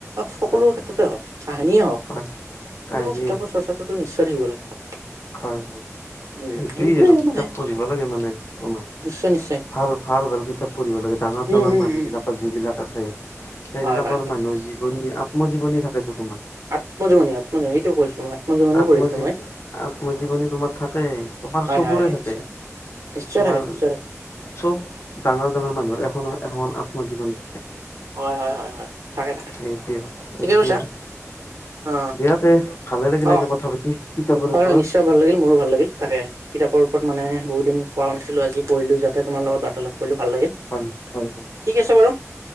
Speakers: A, on the right; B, on the left.
A: সকলো
B: হয়
A: ক্ষেত্ৰতে হওঁক, কাহিনিয়ে হওঁক কিন্তু
B: হয় কাহিনী
A: কিতাপৰ
B: হয়
A: চৰ্চাটোতো নিশ্চয় থাকিব লাগে।
B: হয়, হয়, <unintelligible>
A: উম সেইটোয়ে
B: কিতাপ
A: মানে
B: পঢ়িব লাগে মানে অকমান
A: নিশ্চয় নিশ্চয়
B: ভাল। ভাল-ভাল কিতাপ পঢ়িব লাগে ডাঙৰ,
A: উম
B: ডাঙৰ
A: উম
B: মানুহ
A: উম
B: বিলাকৰ যিবিলাক আছে সেইবিলাকৰ
A: হয় হয় হয়
B: মানুহৰ জীৱনী আত্মজীৱনী থাকেতো তোমাৰ।
A: আত্মজীনী-আত্মজীনীটো কৈছোঁ মই। আত্মজীৱনীয়ে
B: আত্মজী-আত্মজীৱনী
A: পঢ়িছিলো মই
B: তোমাৰ থাকে, তোমাৰ
A: হয়
B: চবৰে
A: হয় হয়
B: থাকে।
A: নিশ্চয় নিশ্চয়
B: তোমাৰ
A: থাকে, নিশ্চয় থাকে।
B: চব ডাঙৰ-ডাঙৰ মানুহৰ এখন এ-এখন আত্মজীৱনী।
A: হয়, হয়, হয়, হয়। থাকে
B: এইটোৱে-এইটোৱে
A: থাকে ঠিকে কৈছা
B: আৰু
A: অ
B: দিয়াতে ভালে লাগিলে
A: অ
B: আজি কথা পাতি। কিতাপৰ
A: হয়,
B: ওপৰত
A: হয় নিশ্চয় ভাল লাগিল মোৰো ভাল লাগিল, তাকে কিতাপৰ ওপৰত মানে বহুত দিন <unintelligible> নাছিলোঁ, আজি পঢ়িলোঁ যাতে তোৰ লগত বাৰ্তালাপ কৰিলোঁ ভাল লাগিল।
B: হয়, হয়, হয়,
A: ঠিক আছে বাৰু